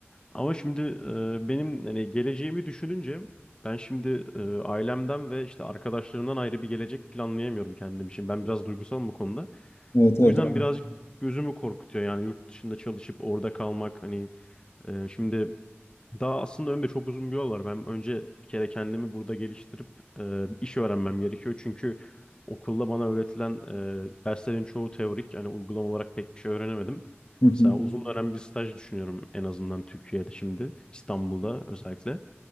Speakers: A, on the left; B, on the left.
A: Ama şimdi e, benim hani geleceğimi düşününce ben şimdi e, ailemden ve işte arkadaşlarımdan ayrı bir gelecek planlayamıyorum kendim için. Ben biraz duygusalım bu konuda.
B: evet
A: O
B: evet.
A: yüzden
B: anladım.
A: birazcık gözümü korkutuyor yani yurt dışında çalışıp orada kalmak hani e, şimdi daha aslında önümde çok uzun bir yol var. Ben önce bir kere kendimi burada geliştirip e, iş öğrenmem gerekiyor. Çünkü okulda bana öğretilen e, derslerin çoğu teorik. Yani uygulama olarak pek bir şey öğrenemedim.
B: Hı hı.
A: Mesela uzun dönem bir staj düşünüyorum en azından Türkiye'de şimdi, İstanbul'da özellikle.